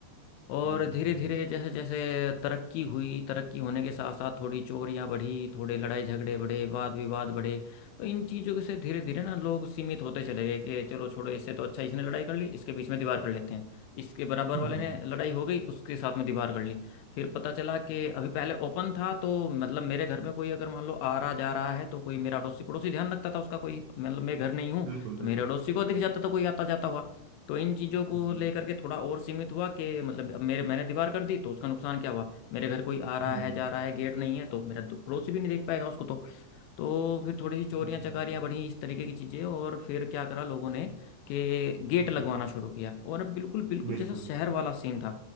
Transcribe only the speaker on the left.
और
धीरे धीरे जैसे जैसे तरक्की हुई तरक्की होने के साथ साथ थोड़ी चोरियां बढ़ी थोड़े लड़ाई झगड़े बढ़े वाद विवाद बढ़े तो इन चीज़ों से धीरे धीरे ना लोग सीमित होते चले गए कि चलो छोड़ो इससे तो अच्छा इसने लड़ाई कर ली इसके बीच में दीवार कर लेते हैं इसके बराबर
वाले
ने लड़ाई हो गई उसके साथ में दीवार कर ली फिर पता चला कि अभी पहले ओपन था तो मतलब मेरे घर में कोई अगर मान लो आ रहा जा रहा है तो कोई मेरा अड़ोसी पड़ोसी ध्यान रखता था उसका कोई मतलब मैं घर नहीं हूँ
तो मेरे अड़ोसी को दिख जाता था कोई आता जाता हुआ तो इन चीज़ों को
लेकर के थोड़ा और सीमित हुआ कि मतलब अब मेरे मैंने दीवार कर दी तो उसका नुकसान क्या हुआ मेरे घर कोई आ रहा
है जा रहा है गेट नहीं है तो मेरा दो- पड़ोसी भी नहीं देख पाएगा उसको तो तो फिर थोड़ी सी चोरियां
चकारियां बढ़ी इस तरीके की चीज़ें और फिर क्या करा लोगों ने कि गेट
लगवाना शुरू किया और अब बिल्कुल बिल्कुल
जैसा शहर वाला सीन था